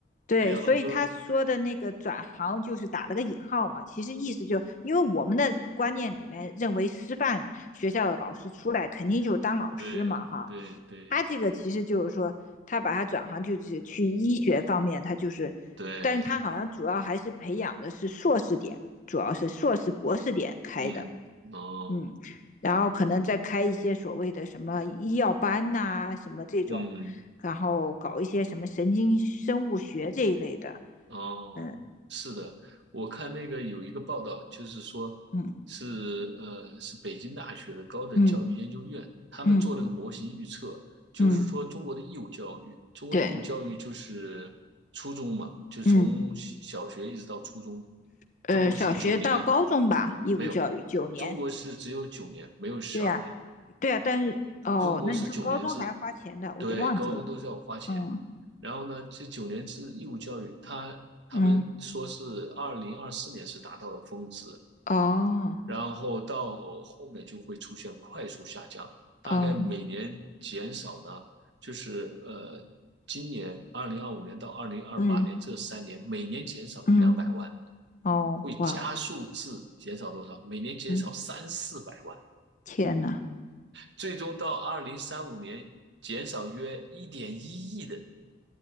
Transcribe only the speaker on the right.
还要那么多，
对对对
对，
嗯，哦，
嗯。
哦，
是的，我看那个有一个报道，就是说是呃是北京大学的高等教育研究院，
他们做了个模型预测，
就是说中国的义务教育，
中国义务教育就是初中嘛，
就是从小学一直到初中，
中国是九年，
没有，中国是只有九年，没有十二年。
中国是九年制，
对，高中都是要花钱。
然后呢，这九年制义务教育，他他们说是二零二四年是达到了峰值，
然后到后面就会出现快速下降，大概每年减少呢，
就是呃，今年二零二五年到二零二八年这三年，
每年减少一两百万，
会加速至减少多少？每年减少三四百万。
最终到二零三五年减少约一点一亿的